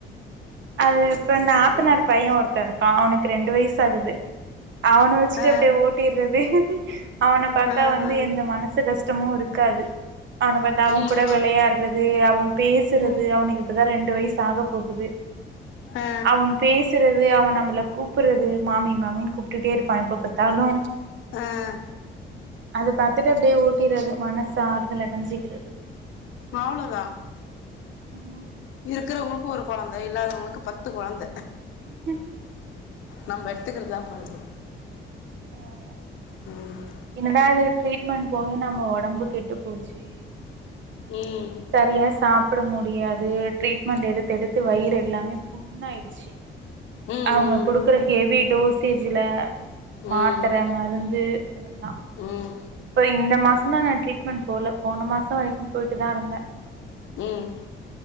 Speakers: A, on the right; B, on the left.
A: அது இப்ப நாத்தனார்
B: ம்
A: பையன் ஒருத்த இருக்கான் அவனுக் ரெண்டு வய்சாகுது அவன வச்சுட்டு
B: ஆ
A: அப்டே ஓட்டிறது அவன பாத்தா
B: ஆ
A: வந்து
B: ஆ
A: எந்த மனசு கஸ் ட்டமு இருக்காது அனுபத்தவங்
B: ம்
A: கூட வெளையாடுற து அவ பேசுறது
B: ம்
A: அவனுக்கு இப்ப தா ரெண்டு வயசு ஆக போகுது
B: ஆ
A: அவன் பேசுறத் து அவன் நம்மள கூப்புட்றது மாமி மாமின்னு கூப்ட்டுட்டே இருப்பா எப்ப பாத்தாலு
B: ஆஹ்
A: அது பாத்துட்டு அப்டியே ஊட்டிறது மனசு ஆறுதல் அடஞ்சிகிறது
B: அவ்ளோதா
A: ம்
B: இருக்குறவங்களுக்கு ஒரு கொழந்த இல்லாதவங்களுக்கு பத் த்து கொழந்த
A: ஹ்ம்
B: நம்ப த்துக்குறதா பாருங்க
A: ம்
B: ம்
A: என்னடா இது ட்ரீட்மண்ட் போயு நம்ம ஒடம்பு கெட்டு போச்சு
B: ம்
A: சரியா சாப்பிட முடியாது ட்ரீட்மெண்ட் எடுத்தெடுத்து வயிறெல்லாமே புண்ணாயிடுச்சு
B: ம்
A: அவுங்க குடுக்குற
B: ம்
A: ஹெவி டோஸ் டேஜுல மாத்தர
B: ம் ம்
A: மருந்து இதெல்லா
B: ம்
A: இப்ப இந்த மாஸ் சந்தா நா ட்ரீட்மெண்ட் போல போன மாச வரைக்கு போய்ட்டு தா இருந்த
B: ம்